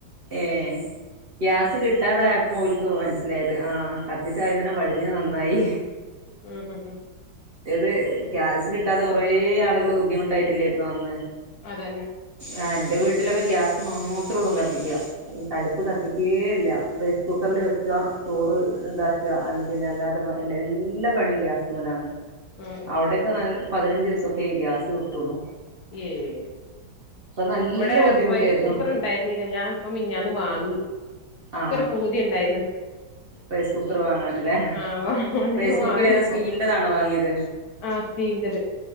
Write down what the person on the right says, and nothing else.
ഏ ഗ്യാസ് കിട്ടാതായപ്പോ ഓൽക്ക് മനസ്സിലായത് ആ കത്തിച്ച് ആദ്യം തന്നെ പടിഞ്ഞത് നന്നായി
ഏത് ഗ്യാസ് കിട്ടാതെ കൊറേ കുറേ ആളുകള് ബുദ്ധിമുട്ടായിട്ടില്ലേ ന്ന ന്നെ
ആ ഇന്റെ വീട്ടിലൊക്കെ ഗ്യാസ് മാത്രോള്ളു കത്തിക്ക അടുപ്പ് കത്തിക്കെയില്ല റൈസ് കുക്കറില്
വെക്ക ചോറ് ഇണ്ടാക്കുക അല്ലെങ്കി പിന്നെ എല്ലാത് വ എല്ലേ എല്ല എല്ലാ പണിയും ഗ്യാസുമെലാണ്
അവിടെക്കെ നല്ല പതിനഞ്ച് ദിവസോക്കെ ഈ ഗ്യാസ് കിട്ടൊള്ളു
നല്ല
ബുദ്ധിമുട്ടായിരുന്നു
ആ
റൈസ് കുക്കറ് വാങ്ങാനല്ലെ
റൈസ്കുക്കറേതാ
സ്റ്റീലിന്റെതാണോ വാങ്ങിയത്